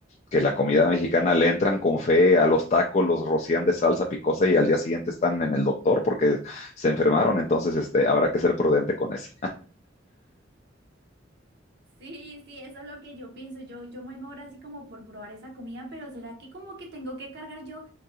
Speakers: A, on the left; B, on the right.
A: que la comida mexicana le entran con fe a los tacos, los rocían de salsa picosa y al día siguiente están en el doctor porque se enfermaron, entonces este, habrá que ser prudente con eso.
B: Sí, sí, eso es lo que yo pienso. Yo, yo me ahora así como por probar esa comida, pero ¿será que como que tengo que cargar yo